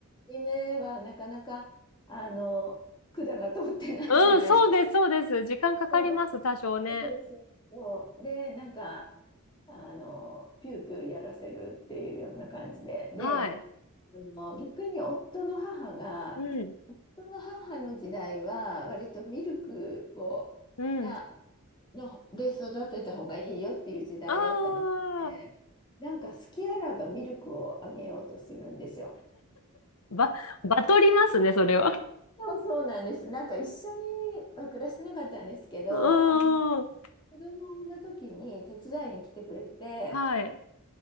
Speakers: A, on the left (about 20°); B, on the left (about 80°).
A: 夢はなかなか、あの、管が通ってないじゃないですか。
B: うん、そうです、そうです。時間かかります、
A: そ
B: 多少ね。
A: う、そうそうそう。で、なんか、あの、ピューピューやらせるっていうような感じで。で、
B: はい。
A: あの、逆に夫の母が、
B: うん、
A: 夫の母の時代は、割とミルクを、
B: うん。
A: が、の、で育てた方がいいよっていう時代だったみたいで、
B: ああ、
A: なんか好きあらばミルクをあげようとするんですよ。
B: ば、バトりますね、それは。
A: そうそうなんです。なんか一緒には暮らしてなかったんですけど、
B: <laughs> うーん。
A: あの子供を産んだ時に手伝いに来てくれて、
B: はい、